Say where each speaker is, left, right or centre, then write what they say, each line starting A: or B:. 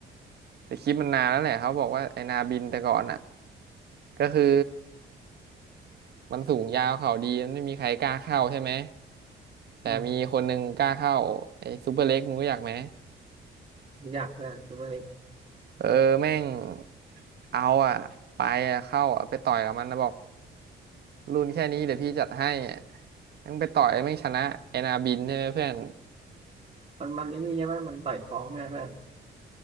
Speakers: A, on the right; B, on the right.
A: แต่คลิปมันนานแล้วแหละเขาบอกว่าไอนาบินแต่ก่อนอ่ะก็คือมันสูงยาวเข่าดีมันไม่มีใครกล้าเข้าใช่ไหมแต่มีคนหนึ่งกล้าเข้าไอซูเปอร์เล็กมึงรู้จักไหม
B: อืมรู้จักเพื่อนตัวเล็ก
A: เออแม่งเอาอ่ะไปอะเข้าอ่ะไปต่อยกับมันนะบอกรุ่นแค่นี้เดี๋ยวพี่จัดให้อะแม่งไปต่อยแม่งชนะเอนาบินใช่ไหมเพื่อน
B: มันมันไอ้นี่ใช่ไหมมันต่อยท้องใช่ไหมเพื่อน